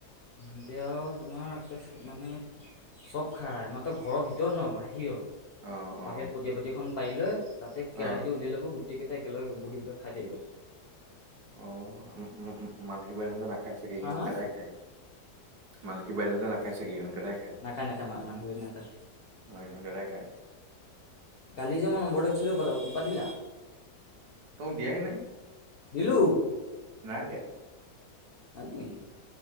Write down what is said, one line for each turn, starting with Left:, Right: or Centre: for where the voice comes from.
Left: এতিয়া আৰু তোমাৰে একে মানে চব খায়, মাত্ৰ ঘৰৰ ভিতৰত নহয় বাহিৰত।
Right: অ', অ'।
Left: বাহিৰত পটীয়া পতি এখন পাৰি লৈ তাতে কেৰাহীটো
Right: অ
Left: উলিয়াই ল'ব গোটেইকেইটা একেলগে বহি পেলাই খাই থাকিব।
Right: অ', ম-ম-ম-মান <unintelligible> সিহঁতে নাখায় চাগে
Left: হা
Right: ইহঁতকেইটা
Left: হা
Right: খায়। মান এই বাইডোহঁতে নাখায় ছাগে? ইহঁতকেইটাই
Left: নাখায়-নাখায় মা মানে <unintelligible> নেখায়।
Right: অ ইহঁত কেইটাই খায়
Left: কালি যে মই নম্বৰটো দিছিলোঁ কথা পাতিলা?
Right: তয় মোক দিয়াই নাই।
Left: দিলোঁ।
Right: নাই দিয়া।
Left: নাই দিয়া নেকি?